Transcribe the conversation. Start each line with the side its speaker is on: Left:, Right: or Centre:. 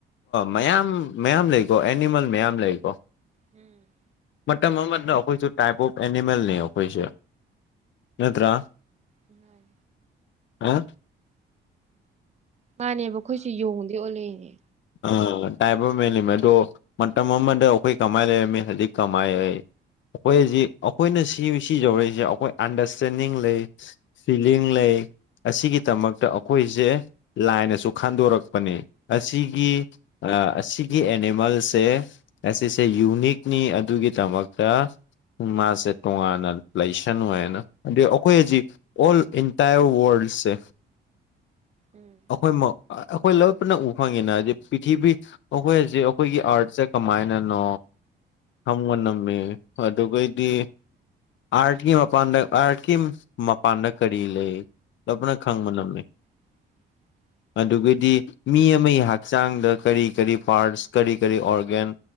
Left: ꯃꯌꯥꯝ ꯃꯌꯥꯝ ꯂꯩꯀꯣ ꯑꯦꯅꯤꯃꯦꯜ ꯃꯌꯥꯝ ꯂꯩꯀꯣ
Right: ꯎꯝ
Left: ꯃꯇꯝ ꯑꯃꯗ ꯑꯩꯈꯣꯏꯁꯨ ꯇꯥꯏꯞ ꯑꯣꯐ ꯑꯦꯅꯤꯃꯦꯜꯅꯤ ꯑꯩꯈꯣꯏꯁꯦ ꯅꯠꯇ꯭ꯔꯥ
Right: ꯎꯝ
Left: ꯍꯥ
Right: ꯃꯥꯅꯦꯕ ꯑꯩꯈꯣꯏꯁꯨ ꯌꯣꯡꯗꯗꯤ ꯑꯣꯜꯂꯛꯏꯅꯦ
Left: ꯑꯥ ꯇꯥꯏꯞ ꯑꯣ ꯃꯦꯜꯂꯤꯃꯦ ꯑꯗꯣ ꯃꯇꯝ ꯑꯃꯗ ꯑꯩꯈꯣꯏ ꯀꯃꯥꯏ ꯂꯩꯔꯝꯃꯤ ꯍꯧꯖꯤꯛ ꯀꯃꯥꯏ ꯑꯩꯈꯣꯏ ꯍꯧꯖꯤꯛ ꯑꯩꯈꯣꯏꯅ ꯁꯤ ꯁꯤ ꯌꯧꯔꯛꯏꯁꯦ ꯑꯩꯈꯣꯏ ꯑꯟꯗꯔꯁꯇꯦꯟꯗꯤꯡ ꯂꯩ ꯐꯤꯂꯤꯡ ꯂꯩ ꯑꯁꯤꯒꯤꯗꯃꯛꯇ ꯑꯩꯈꯣꯏꯁꯦ ꯂꯥꯏꯅꯁꯨ ꯈꯟꯗꯣꯔꯛꯄꯅꯤ ꯑꯁꯤꯒꯤ ꯑꯁꯤꯒꯤ ꯑꯦꯅꯤꯃꯦꯜꯁꯦ ꯑꯁꯤꯁꯦ ꯌꯨꯅꯤꯛꯅꯤ ꯑꯗꯨꯒꯤꯗꯃꯛ ꯆ ꯃꯥꯁꯦ ꯇꯣꯉꯥꯟꯅ ꯂꯩꯁꯟ ꯑꯣꯏꯌꯦꯅ ꯑꯗꯩ ꯑꯩꯈꯣꯏ ꯍꯧꯖꯤꯛ ꯑꯣꯜ ꯏꯟꯇꯥꯌꯔ ꯋꯥꯔꯜꯗ
Right: ꯎꯝ
Left: ꯑꯩꯈꯣꯏ ꯑꯩꯈꯣꯏ ꯂ ꯄꯨꯅ ꯎꯕ ꯐꯪꯉꯤꯅ ꯄ꯭ꯔꯤꯊꯤꯕꯤ ꯑꯩꯈꯣꯏ ꯍꯧꯖꯤꯛ ꯑꯩꯈꯣꯏꯒꯤ ꯑꯥꯔꯠꯁꯦ ꯀꯃꯥꯏꯅꯅꯣ ꯍꯒ ꯅꯝꯃꯦ ꯑꯗꯨꯒꯩꯗꯤ ꯑꯥꯔꯠꯀꯤ ꯃꯄꯥꯟꯗ ꯑꯥꯔꯠꯀꯤ ꯃꯄꯥꯟꯗ ꯀꯔꯤ ꯂꯩ ꯅ ꯈꯪ ꯃꯅ ꯑꯝꯅꯤ
Right: <inaudible>
Left: ꯑꯗꯨꯒꯗꯤ
Right: ꯎꯝ
Left: ꯃꯤ ꯑꯃ ꯑꯩꯍꯥꯛ ꯍꯛꯆꯥꯡꯗ ꯀꯔꯤ ꯀꯔꯤ ꯄꯥꯔꯠꯁ ꯀꯔꯤ ꯀꯔꯤ ꯑꯣꯔꯒꯦꯟ